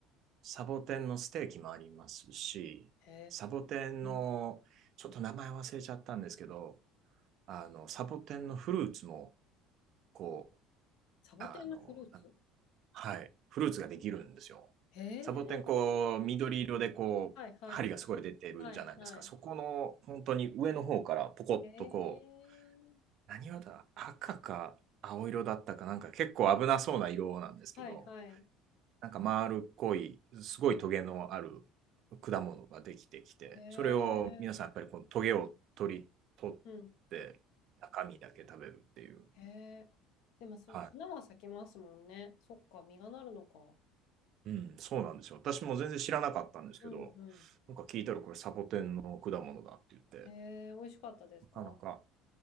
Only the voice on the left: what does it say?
へ
え。
サボテンのフルーツ
へえ。
はいはい。
はいはい。
へえ。
はいはい。
へ
え。
うん。
へえ。でもそれ、
花は咲きますもんね。そっか、実がなるのか。
うんうん。
へえ、美味しかったですか